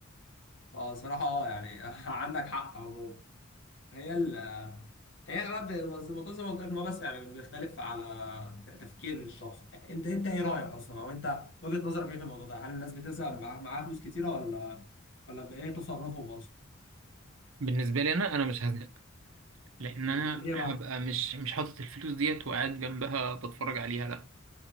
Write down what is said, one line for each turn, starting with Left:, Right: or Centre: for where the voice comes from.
Left: اه صراحه اه يعني <laughs> عندك حق عموما هي ال- هي انا بقى ب- زي ما قلت زي ما قلت لك ان هو بس يعني بيختلف على ت- تفكير الشخص انت انت ايه رايك اصلا او انت وجهه نظرك ايه في الموضوع ده هل الناس بتزهق بيبقى معاها معاها فلوس كتيره ولا ولا بايه تصرفهم اصلا
Right: بالنسبة لي أنا أنا مش هزهق لأن
Left: مم.
Right: أنا
Left: ليه
Right: هبقى
Left: بقى
Right: مش مش حاطط الفلوس ديت وقاعد جنبها بتفرج عليها لأ